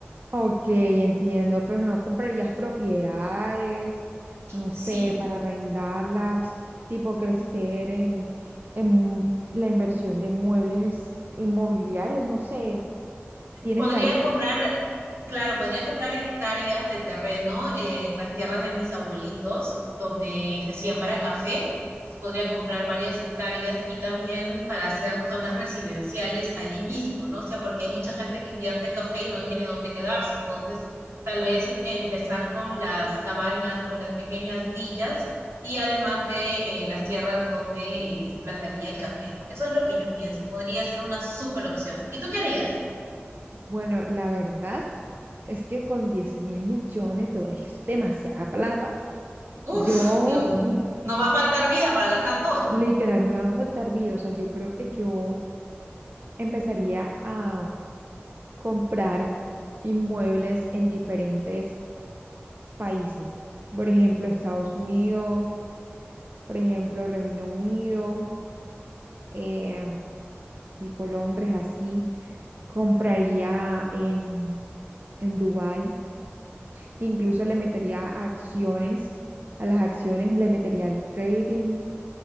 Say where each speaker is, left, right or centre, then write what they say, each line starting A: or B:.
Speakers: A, on the right; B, on the right.
A: Ok, entiendo, pero no comprarías propiedades, no
B: Sí.
A: sé, para arrendarlas, tipo crecer en, en mu- la inversión de muebles inmobiliarios, no sé, bienes
B: Podría
A: raíces.
B: comprar, claro, podría comprar hectáreas de terreno en las tierras de mis abuelitos, donde se siembra café. Entonces podría comprar varias hectáreas y también para hacer zonas residenciales allí mismo, ¿no? O sea, porque hay mucha gente que invierte en café y no tiene dónde quedarse. Entonces, tal vez empezar con las cabañas o las pequeñas villas y además de eh, las tierras donde eh, se plantaría el café, ¿no? Eso es lo que yo pienso. Podría ser una súper opción. ¿Y tú qué harías?
A: Bueno, la verdad. Es que con diez mil millones de dólares es demasiada plata.
B: Uf,
A: Yo,
B: Dios mío.
A: uf,
B: No va a faltar vida para gastar todo.
A: literal, me va a faltar vida. O sea, yo creo que yo empezaría a comprar inmuebles en diferentes países. Por ejemplo, Estados Unidos, por ejemplo, Reino Unido, eh, tipo Londres, así. Compraría en, en Dubái. Incluso le metería acciones. A las acciones le metería el trading